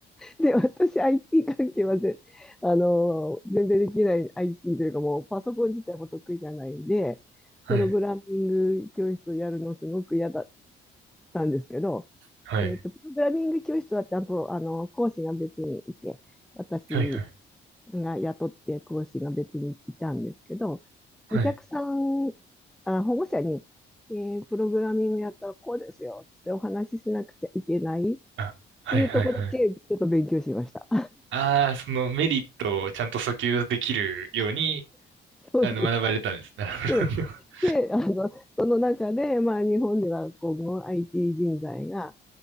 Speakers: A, in the centre; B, on the right.
A: で、私 IT 関係はぜ、あの全然できない IT というかもうパソコン自体も得意じゃないんで、
B: はい。
A: プログラミング教室をやるのすごく嫌だたんですけど、
B: はい。
A: えっと、プログラミング教室はちゃんと、あの、講師が別にいて、私
B: はいはい。
A: が雇って講師が別にいたんですけど、
B: はい。
A: お客さん、あ、保護者に、えープログラミングやったらこうですよってお話ししなくちゃいけないっ
B: あ、はいはいはい。
A: ていうとこだけちょっと勉強しました。
B: ああ、そのメリットをちゃんと訴求できるように、
A: <laughs> そうです。
B: あの、学ばれたんです。なるほど。
A: そう
B: <laughs>
A: で、あの、その中で、まあ日本では今後 IT 人材が